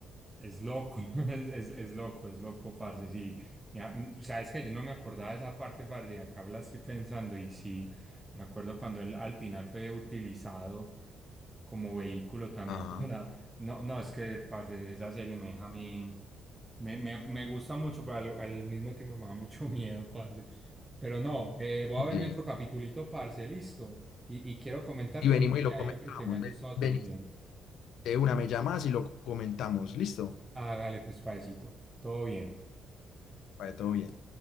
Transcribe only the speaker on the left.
Ajá,
sí.
Y venimos
y lo comentamos.
Ve- Venís
de una, me llamas y lo comentamos. Listo,
para todo bien.